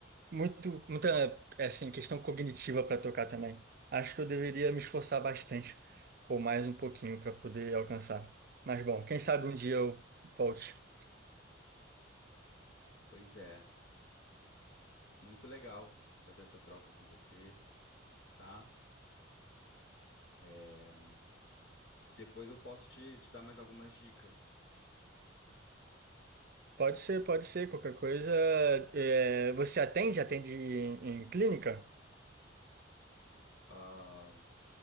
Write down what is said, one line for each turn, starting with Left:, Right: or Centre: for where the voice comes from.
Right: muito, muita, é assim, questão cognitiva para tocar também. Acho que eu deveria me esforçar bastante, ou mais um pouquinho, para poder alcançar. Mas bom, quem sabe um dia eu volte.
Left: Pois é, muito legal fazer essa troca com você, tá? É, depois eu posso te, te dar mais algumas dicas.
Right: Pode ser, pode ser. Qualquer coisa. é, você atende? Atende em, em clínica?
Left: Ah,